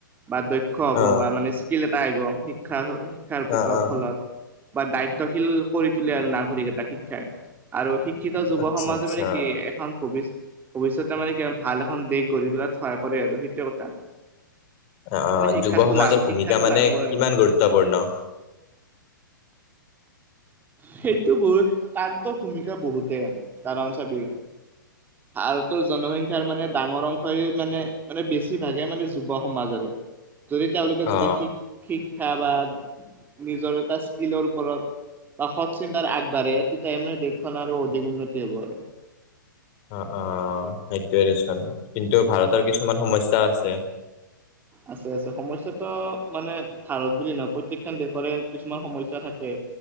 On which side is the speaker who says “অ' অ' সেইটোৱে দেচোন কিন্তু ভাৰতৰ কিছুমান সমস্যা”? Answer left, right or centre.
Left